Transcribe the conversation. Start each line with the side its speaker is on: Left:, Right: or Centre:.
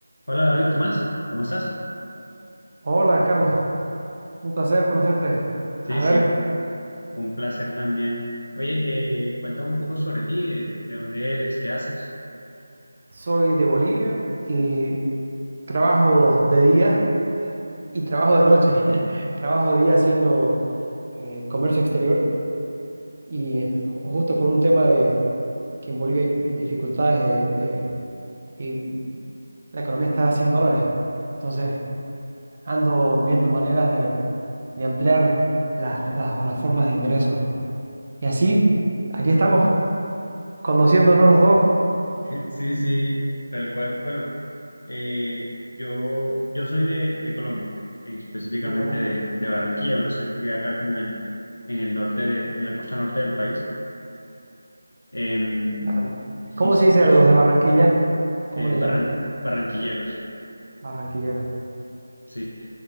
Left: Hola David, ¿qué más? ¿Cómo estás?
Right: Hola, Carlos. Un placer conocerte.
Left: Sí,
Right: A ver,
Left: sí, un, un placer también. Oye, eh, cuéntame un poco sobre ti, eh, de, dónde eres, qué haces.
Right: soy de Bolivia y trabajo de día y trabajo de noche. <laughs> Trabajo de día haciendo eh, comercio exterior y ju- justo por un tema de que en Bolivia hay dificultades de, de- y la economía está sin dólares. Entonces ando viendo maneras de, de ampliar las, las las formas de ingresos. Y así, aquí estamos, conociéndonos los dos
Left: <laughs> Sí, sí, tal cual. Bueno, eh, yo, yo soy de, de Colombia, eh, específicamente
Right: de Colombia.
Left: de, de Barranquilla, una ciudad que queda acá como en el, en el norte, de- en la costa norte del país. Em,
Right: Barran-
Left: sí,
Right: ¿Cómo
Left: soy
Right: se dice
Left: yo,
Right: a los de Barranquilla? ¿Cómo
Left: eh,
Right: le
Left: barran-
Right: llaman?
Left: barranquilleros,
Right: Barranquilleros.
Left: sí.